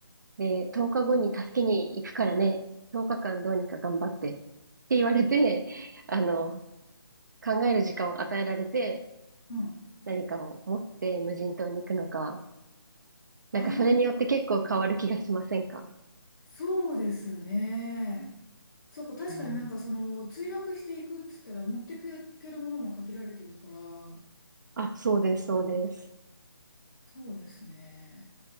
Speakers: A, on the right; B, on the left.
A: で、10日後に助けに行くからね、10日間どうにか頑張って、って言われて、あの、考える時間を与えられて、
B: うん。
A: 何かを持って無人島に行くのか、
B: あ、
A: なんかそれによって結構変わる気がしませんか
B: そうですね。そこ、確かになんかその、
A: うん。
B: 墜落していくっつったら、持っていけるものも限られてるから、
A: あ、そうです、そうです。
B: そうですね。